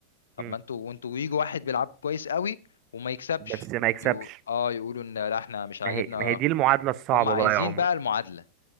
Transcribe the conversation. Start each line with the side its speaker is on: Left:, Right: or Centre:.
Left: طب
Right: مم.
Left: ما انتوا وانتوا يجوا واحد بيلعب كويس قوي وما يكسبش
Right: بس ما يكسبش
Left: يقو... اه يقولوا ان لا احنا مش عاجبنا
Right: ما هي ما هي دي المعادلة الصعبة
Left: هم عايزين
Right: بقى يا عمر
Left: بقى المعادلة